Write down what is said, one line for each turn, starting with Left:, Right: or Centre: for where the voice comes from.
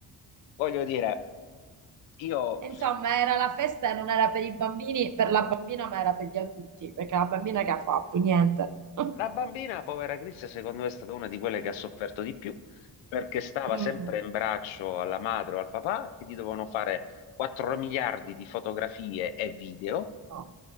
Left: voglio dire, io
Right: Insomma, era la festa e non era per i bambini, per la bambina, ma era per gli adulti, perché la bambina che ha fatto? Niente. <laughs>
Left: La bambina, povera Chris, secondo me è stata una di quelle che ha sofferto di più perché stava
Right: Mm.
Left: sempre in braccio alla madre o al papà che gli dovevano fare 4 miliardi di fotografie e video
Right: No.